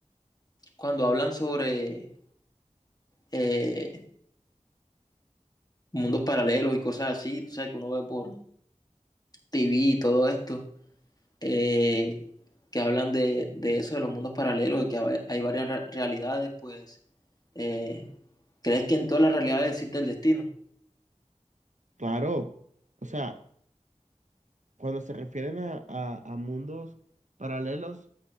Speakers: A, on the left; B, on the right.
A: cuando hablan sobre eh, mundos paralelos y cosas así, tú sabes que uno ve por TV y todo esto, eh, que hablan de, de eso, de los mundos paralelos y que hay, hay varias re- realidades, pues, eh, ¿crees que en todas las realidades existe el destino?
B: Claro, o sea, cuando se refieren a, a- a mundos paralelos,